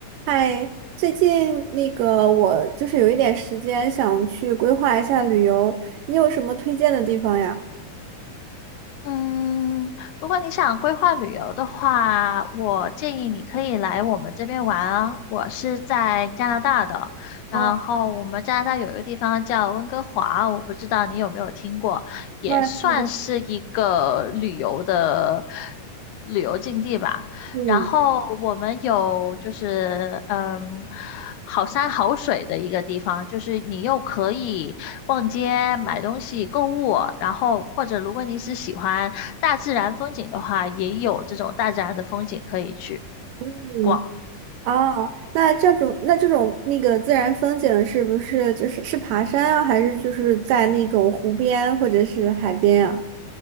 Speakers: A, on the right (about 80°); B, on the left (about 75°).
A: 嗨，最近那个我就是有一点时间，想去规划一下旅游，你有什么推荐的地方呀？
B: 嗯，如果你想规划旅游的话，我建议你可以来我们这边玩啊。我是在加拿大的，然后我们加拿大有一个地方叫温哥华，
A: 啊，
B: 我不知道你有没有听过，也算是一个旅游的
A: 当然看过，
B: 旅游境地吧。
A: 嗯
B: 然后我们有就是嗯，好山好水的一个地方，就是你又可以逛街、买东西、购物，然后或者如果你是喜欢大自然风景的话，也有这种大自然的风景可以去。
A: 嗯，
B: 逛。
A: 啊，那这种那这种那个自然风景是不是就是是爬山啊，还是就是在那种湖边或者是海边呀？